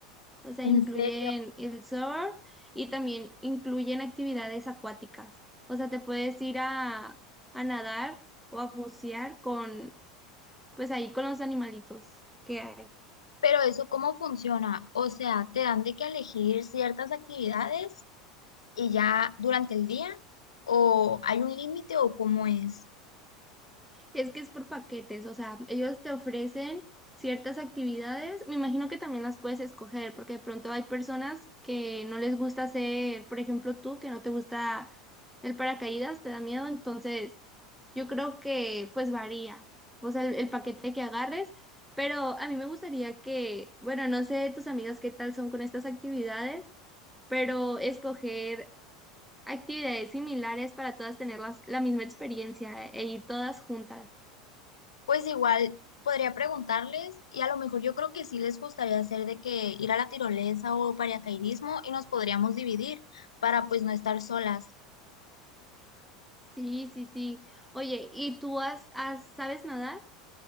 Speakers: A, in the centre; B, on the left.
A: O sea,
B: En
A: incluyen
B: serio.
A: el surf y también incluyen actividades acuáticas. O sea, te puedes ir a, a nadar o a bucear con, pues ahí con los animalitos que hay.
B: Pero eso, ¿cómo funciona? O sea, ¿te dan de que elegir ciertas actividades? y ya durante el día? ¿O hay un límite o cómo es?
A: Es que es por paquetes, o sea, ellos te ofrecen ciertas actividades. Me imagino que también las puedes escoger, porque de pronto hay personas que no les gusta hacer, por ejemplo, tú, que no te gusta el paracaídas, te da miedo, entonces Yo creo que pues varía, o sea, el, el paquete que agarres, pero a mí me gustaría que, bueno, no sé tus amigas qué tal son con estas actividades, pero escoger actividades similares para todas tener las- la misma experiencia e ir todas juntas.
B: Pues igual podría preguntarles y a lo mejor yo creo que sí les gustaría hacer de que ir a la tirolesa o paracaidismo y nos podríamos dividir para pues no estar solas.
A: Sí, sí, sí. Oye, ¿y tú has, has- sabes nadar?